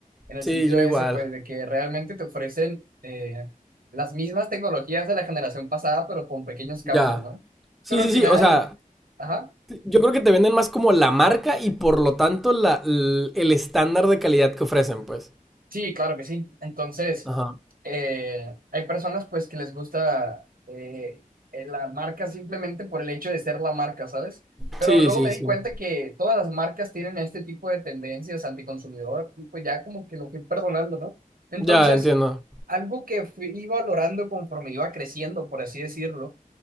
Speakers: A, on the right; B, in the centre.
A: en el
B: Sí,
A: sentido
B: yo
A: ese,
B: igual.
A: pues, de que realmente te ofrecen eh, las mismas tecnologías de la generación pasada, pero con pequeños cambios,
B: Ya.
A: ¿no?
B: Sí,
A: Pero
B: sí,
A: al final,
B: sí, o sea,
A: ajá.
B: yo creo que te venden más como la marca y por lo tanto la, l- el estándar de calidad que ofrecen, pues.
A: Sí, claro que sí. Entonces,
B: Ajá.
A: eh, hay personas pues que les gusta eh, eh, la marca simplemente por el hecho de ser la marca, ¿sabes? Pero
B: Sí,
A: luego
B: sí,
A: me di
B: sí.
A: cuenta que todas las marcas tienen este tipo de tendencias anticonsumidor y pues ya como que lo fui perdonando, ¿no? Entonces,
B: Ya, entiendo.
A: algo que fui valorando conforme iba creciendo, por así decirlo,